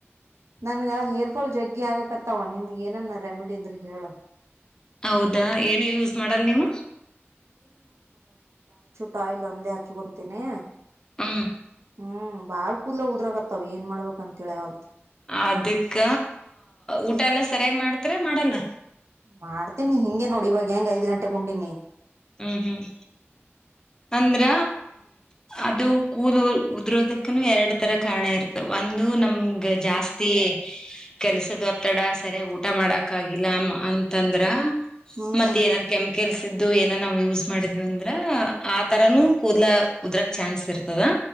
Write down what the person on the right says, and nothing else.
ನನಗ ಹೇರ್ ಫಾಲ್ ಜಗ್ಗಿ ಆಗಕತ್ತವ ನಿನ್ಗ ಏನನ್ನ ರೆಮಿಡಿ ಇದ್ರೆ ಹೇಳ
ಟಾಯ್ಲ್ ನಂದೇ ಹಚ್ಕೊಕೊತಿನೀ
ಹ್ಮ್ ಬಾಳ್ ಕೂದಲ ಉದ್ರರಕತ್ತವ್ ಏನ್ ಮಾಡ್ಬೇಕಂತ ತಿಳಿಯವಲ್ತ
ಮಾಡ್ತೀನಿ ಹಿಂಗೆ ನೋಡಿ ಇವಾಗ ಹೆಂಗ್ ಐದ್ ಗಂಟೆಗೆ ಉಂಡಿ ನೀ
ಹ್ಮ್